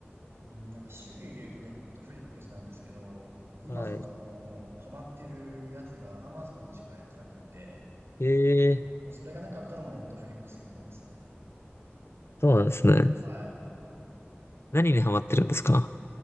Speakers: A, on the right; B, on the left.
A: ーんなんか種類で言うとネットフリックスなんですけど、今その、
B: はい。
A: ハマってるやつが Amazon でしかやってなくって、
B: へえ、
A: もうそれがなかったらもうネットフリックス一本ですね。
B: そうなんですね。
A: はい。
B: 何にハマってるんですか